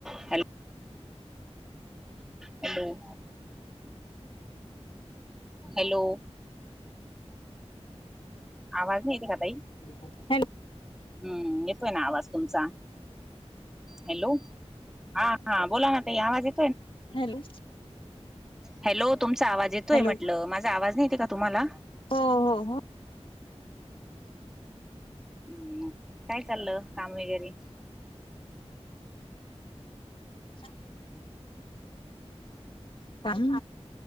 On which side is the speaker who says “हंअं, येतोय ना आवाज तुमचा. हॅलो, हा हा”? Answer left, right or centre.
Centre